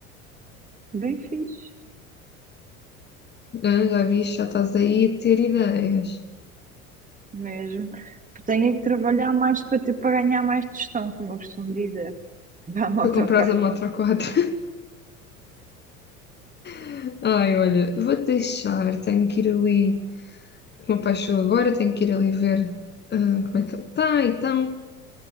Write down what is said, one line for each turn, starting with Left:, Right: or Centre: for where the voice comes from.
Right: bem fixe,
Left: Ah, Já viste, já estás aí a ter ideias.
Right: mesmo. Porque Tenho é que trabalhar mais para ter, para ganhar mais tostão, como eu costumo dizer. <laughs> Vá motocar.
Left: Para comprares a moto a quatro. <laughs> Ai, olha, vou deixar, tenho que ir ali. O meu pai chegou agora, tenho que ir ali ver ah, como é que ele está então